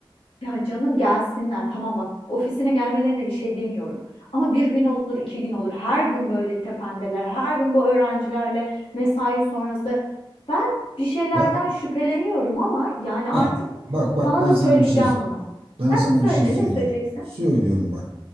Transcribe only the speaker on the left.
Ya canım gelsinler. Tamam bak ofisine gelmelerine bir şey demiyorum. Ama bir gün olur, iki gün olur. Her gün böyle tependeler. Her gün bu öğrencilerle mesai sonrası. Ben bir şeylerden
şüpheleniyorum ama yani artık
sana
da
söyleyeceğim
bunu.
Heh,
söyle
ne söyleyeceksin?